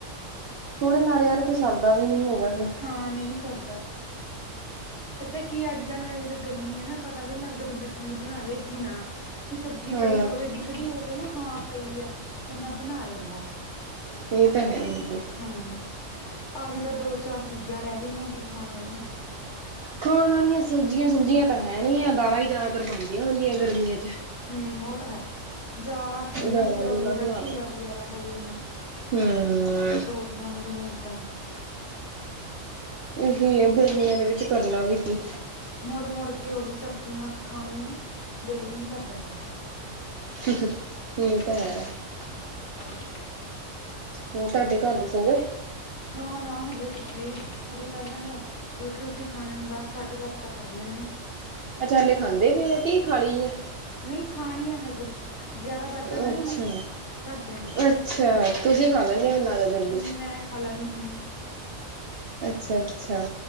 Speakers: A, on the right; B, on the left.
A: ਥੋੜੇ ਨਾਲ ਯਾਰ ਫਿਰ ਸਰਦਾ ਵੀ ਨੀ ਹੈਗਾ ਫਿਰ।
B: ਹਾਂ ਨਈ ਸਰਦਾ। ਪਤਾ ਕੀ ਅੱਜ-ਕੱਲ ਨਾਲੇ ਜਿੱਦਾਂ ਗਰਮੀ ਐ ਨਾ ਪਤਾ ਵੀ ਨੀ ਲਗਦਾ ਬੰਦਾ ਕੀ ਬਣਾਵੇ, ਕੀ ਨਾ। ਕੋਈ ਸਬਜ਼ੀ
A: ਹਾਂ
B: ਪਈ ਹੋਵੇ ਦਿਖਦੀ ਹੋਵੇ ਨਾ ਹਾਂ ਪਈ ਐ ਬੰਦਾ ਬਣਾ ਲੈਂਦਾ ਐ।
A: ਏ ਤਾਂ ਹੈ ਬਿਲਕੁੱਲ।
B: ਹੂੰ ਆਹੀ ਤਾਂ ਦੋ-ਚਾਰ ਚੀਜ਼ਾਂ ਰੈ ਗਈਆਂ ਗੀਆਂ ਖਾਣ ਆਲੀਆਂ।
A: ਖਾਣ ਆਲੀਆਂ ਸਬਜ਼ੀਆਂ ਸੁਬਜ਼ੀਆਂ ਤਾਂ ਹੈ ਨੀ ਆ ਦਾਲਾਂ ਈ ਜ਼ਿਆਦਾਤਰ ਬਣਦੀਆਂ ਹੁੰਦੀਆਂ ਗਰਮੀਆਂ ਚ।
B: ਹੂੰ ਓ ਤਾਂ ਹੈ। ਜਾਂ ਠੰਡੀਆਂ
A: ਦਾਲਾਂ
B: ਚੀਜ਼ਾਂ
A: ਦੂਲਾਂ
B: ਹੋਗੀਆਂ ਜਿਦਾਂ
A: ਬਣਾ ਲੋ
B: ਘੀਆ ਵਗੈਰਾ ਹੋ ਗਈਆਂ,
A: ਹਮ
B: ਤੋ ਰੀਆਂ ਹੋ ਗਈਆਂ ਐਦਾਂ।
A: ਏਹੀ ਐ ਗਰਮੀਆਂ ਦੇ ਵਿਚ ਕਰਨਾ ਵੀ ਕੀ।
B: ਮੁੜ-ਮੁੜ ਕੇ ਉਹੀ ਸਬਜ਼ੀਆਂ ਖਾਣ ਨੂੰ ਨਾ ਦਿਲ ਵੀ ਨੀ ਕਰਦਾ ਪਿਆ।
A: <unintelligible> ਹੈ
B: ਹੂੰ।
A: ਹੋਰ ਤੁਹਾਡੇ ਘਰ ਦੇ ਸੋਗੇ?
B: ਨਾ-ਨਾ ਹਜੇ ਕਿੱਥੇ ਹਜੇ ਤਾਂ ਏਨਾਂ ਨੇ ਰੋਟੀ ਰੁਟੀ ਖਾਣੇ ਨੂੰ ਦਸ, ਸਾਢੇ ਦਸ ਕਰਨੇ ਨੇ।
A: ਅੱਛਾ ਹਲੇ ਖਾਂਦੇ ਵੀ ਆ, ਕੀ ਖਾ ਲਈ ਆ
B: ਨਹੀਂ ਖਾਣੀ ਆ ਹਜੇ, ਗਿਆਰਾਂ ਵੱਜ
A: ਆ
B: ਜਾਂਦੇ
A: ਅੱਛਾ
B: ਇਹਨਾਂ ਨੂੰ ਘਰਦਿਆਂ ਨੂੰ ਤਾਂ,
A: ਅੱਛਾ ਤੁਸੀਂ ਖਾ ਲੈਂਦੇ
B: ਹੋਰ,
A: ਮੈਨੂੰ ਲੱਗਦਾ ਜਲਦੀ
B: ਮੈਂ ਖਾ ਲੈਂਨੀ ਹੁੰਦੀ।
A: ਅੱਛਾ -ਅੱਛਾ।